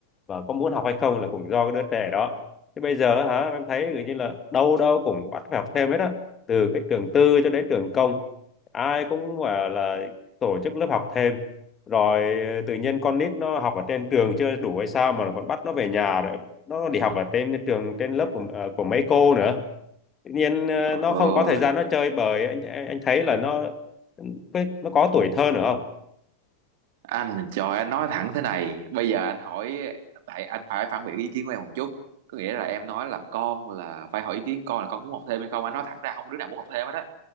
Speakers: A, on the left; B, on the right.
A: và có muốn học hay không là cũng do cái đứa trẻ đó thế bây giờ hả em thấy kiểu như là đâu đâu cũng bắt phải học thêm hết á từ cái trường tư cho đến trường công ai cũng gọi là tổ chức lớp học thêm rồi ờ, tự nhiên con nít nó học ở trên trường chưa đủ hay sao mà còn bắt nó về nhà rồi nó đi học ở trên trường trên lớp của ờ, của mấy cô nữa tự nhiên ờ,
B: Trời
A: nó
B: ơi
A: không có thời gian nó chơi bời anh anh thấy là nó cái- nó có tuổi thơ nữa không
B: anh trời anh nói thẳng thế này bây giờ anh hỏi tại anh phải phản biện ý kiến của em một chút có nghĩa là em nói là con là phải hỏi ý kiến con là con muốn học thêm hay không anh nói thẳng ra không có đứa nào muốn học thêm hết á